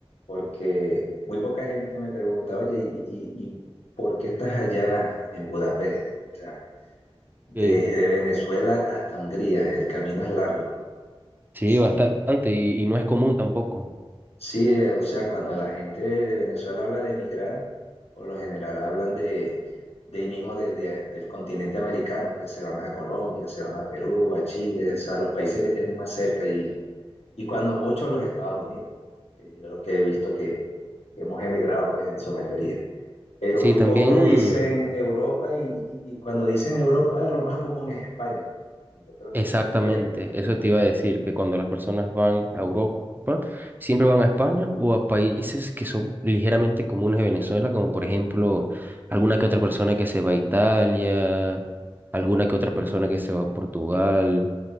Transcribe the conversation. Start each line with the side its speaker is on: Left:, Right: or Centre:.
Left: porque muy poca gente me pregunta, oye, ¿y, y- y por qué estás allá en Budapest? O sea, desde
Right: Ok.
Left: Venezuela hasta Hungría, el camino es largo.
Right: Sí,
Left: Sí,
Right: bastante y, y no es común tampoco.
Left: Sí, eh, o sea, cuando la gente de Venezuela habla de emigrar, por lo general hablan de, de ahí mismo de- de- del continente americano, pues se van a Colombia, se van a Perú, a Chile, o sea, los países que tienen más cerca y, y cuando mucho los Estados Unidos, que yo lo que he visto que, que hemos emigrado, pues en su mayoría. Pero
Right: Sí,
Left: muy
Right: también
Left: pocos dicen Europa y, y- y cuando dicen Europa lo más común es España. Y Yo creo que
Right: Exactamente,
Left: hasta ahí llega.
Right: eso te iba a decir, que cuando las personas van a Europa, siempre van a España o a países que son ligeramente comunes de Venezuela, como por ejemplo alguna que otra persona que se va a Italia, alguna que otra persona que se va a Portugal,